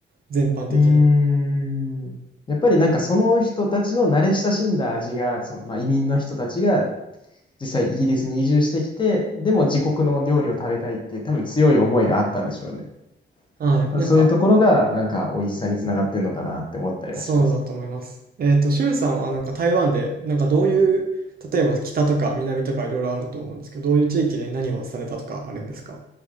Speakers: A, on the right (about 50°); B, on the left (about 25°).
A: 全般的に。
B: うーん。やっぱりなんかその人たちの慣れ親しんだ味が、その、まあ、移民の人たちが実際イギリスに移住してきて、でも自国の料理を食べたいっていう多分強い思いがあったんでしょうね。
A: はい。
B: 多分そういうところがなんか美味しさにつながってるのかなって思ったりはしますね。
A: なんか、そうだと思います。えっと、しゅんさんはなんか台湾で、なんかどういう、例えば北とか南とかいろいろあると思うんですけど、どういう地域で何をされたとかあるんですか